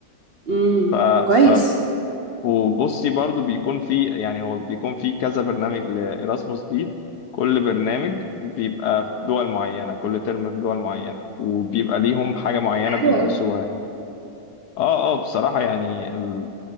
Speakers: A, on the right; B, on the left.
A: امم
B: ف
A: كويس
B: ف وبصي برضو بيكون في يعني هو بيكون في كذا برنامج لإراسموس دي كل برنامج بيبقى في دول معينة كل ترم في دول معينة وبيبقى ليهم حاجة معينة
A: حلو
B: بيدرسوها
A: قوي
B: يعني اه اه بصراحة يعني ال-